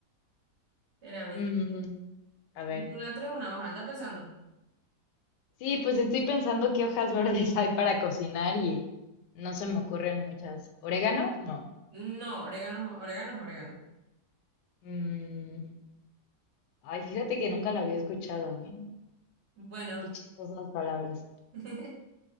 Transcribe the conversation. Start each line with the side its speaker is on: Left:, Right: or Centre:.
Right: Espérame.
Left: Mm, a ver.
Right: El culantro es una hoja, anda pensando.
Left: Sí, pues estoy pensando qué hojas <laughs> verdes hay para cocinar y no se me ocurren muchas. ¿Orégano? No.
Right: No, orégano, orégano es orégano.
Left: Mm, ay, fíjate que nunca la había escuchado, ¿eh?
Right: Bueno.
Left: Qué chistosas palabras.
Right: <laughs>